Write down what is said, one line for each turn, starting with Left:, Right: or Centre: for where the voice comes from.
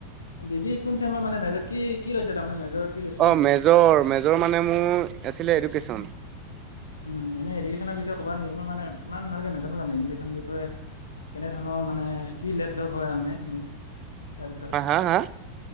Left: ডিগ্ৰি কোন চাইমাৰ মানে মেজৰ কি কি ৰৈছে তাৰমানে মেজৰ। কি লৈছিলে
Right: অঁ মেজৰ মেজৰ মানে মোৰ আছিলে এডুকেশ্যন।
Left: উম এনে এডুকেশ্যনৰ বিষয়ে কব নেকি মই মানে ইমান ভালকে নাজানো জানো এডেনৰ বিষয়ে। কেনে ধৰণৰ মানে কি লেভ লপ হয় তাৰমানে এনেই। তাৰ বিষয়ে
Right: হ হা হা।